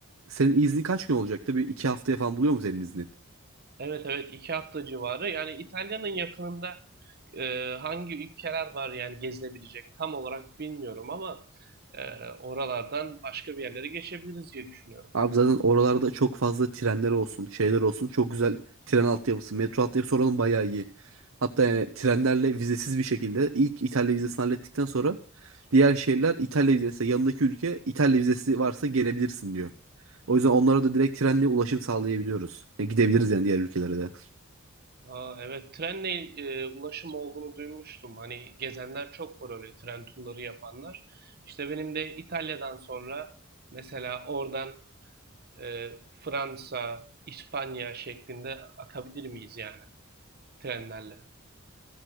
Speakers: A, on the right (about 80°); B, on the right (about 50°).
A: senin iznin kaç gün olacaktı? Bir 2 haftaya falan buluyor mu senin iznin?
B: Evet evet iki hafta civarı. Yani İtalya'nın yakınında e, hangi ülkeler var yani gezilebilecek tam olarak bilmiyorum ama e, oralardan başka bir yerlere geçebiliriz diye düşünüyorum.
A: Abi zaten oralarda çok fazla trenler olsun, şeyler olsun. Çok güzel tren altyapısı, metro altyapısı oranın bayağı iyi. Hatta yani trenlerle vizesiz bir şekilde ilk İtalya vizesini hallettikten sonra diğer şehirler İtalya vizesi yanındaki ülke İtalya vizesi varsa gelebilirsin diyor. O yüzden onlara da direkt trenle ulaşım sağlayabiliyoruz. E, gidebiliriz yani diğer ülkelere de.
B: Aa, evet, trenle e, ulaşım olduğunu duymuştum. Hani gezenler çok var öyle tren turları yapanlar. İşte benim de İtalya'dan sonra mesela oradan e, Fransa, İspanya şeklinde akabilir miyiz yani trenlerle?